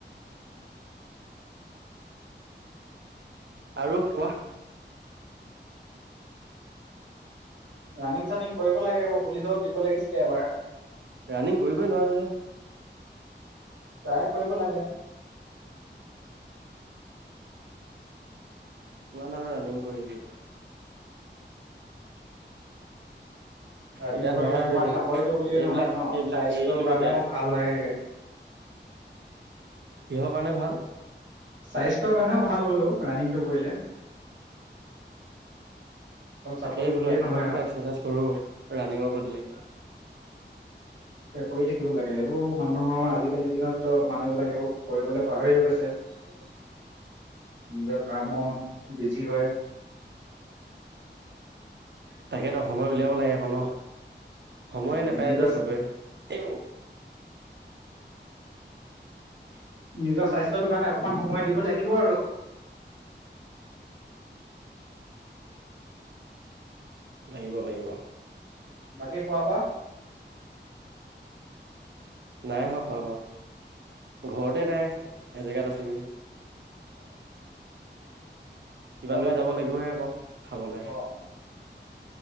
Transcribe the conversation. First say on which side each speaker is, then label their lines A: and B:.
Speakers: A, on the right (about 70°); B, on the right (about 85°).
A: আৰু কোৱা।
B: ৰানিং চানিং কৰিব লাগে আকৌ পুলিচো দিব লাগিছিলে এবাৰ।
A: ৰানিং কৰিবই নোৱাৰো যে।
B: ট্ৰাই কৰিব লাগে।
A: কিমান আৰু ৰানিং কৰিবি।
B: ৰাণিং
A: এতিয়া
B: কৰিলে
A: নোৱাৰা
B: তোমাৰ
A: হৈ গলো
B: চাকৰিতটো বুলিয়ে
A: এইবিলাক
B: নহয় ন
A: এইবিলাক
B: স্বাস্থ্যয়ৰ
A: এৰিলো
B: কাৰণেও
A: এতিয়া
B: ভাল হয়।
A: কিহৰ কাৰণে ভাল।
B: স্বাস্থ্যৰ কাৰণেও ভাল বুলো ৰাণিংটো কৰিলে। অকল চাকৰি
A: তাকেই
B: বুলিয়ে
A: বোলো ৰাতিপুৱা,
B: নহয়
A: ৰাতিপুৱা
B: আৰু
A: এক্সাৰচাইজ কৰো ৰাণিংৰ বদলি
B: কৰি থাকিব লাগে এইবোৰ মানুহৰ আজিকালিৰ দিনততো মানুহ বিলাক এইবোৰ কৰিবলৈ পাহৰিয়েই গৈছে।
A: <unintelligible>
B: নিজৰ কামত বিজি হয়।
A: তাকেতো সময় উলিয়াব লাগে আকৌ ন। সময়ে
B: তাকে
A: নাপায়
B: নিজৰ
A: যে চবে এই <inaudible>
B: নিজৰ স্বাস্থ্যটোৰ কাৰণে অকণমান সময় দিব লাগিব আৰু।
A: লাগিব, লাগিব।
B: বাকি খোৱা বোৱা?
A: নাই হো খোৱা বোৱা। ঘৰতে নাই এজেগাত আছো।
B: <inaudible>
A: কিবা
B: খোৱা
A: লৈ
B: বোৱাটো
A: যাব লাগিবহে আকৌ খাবলৈ।
B: অ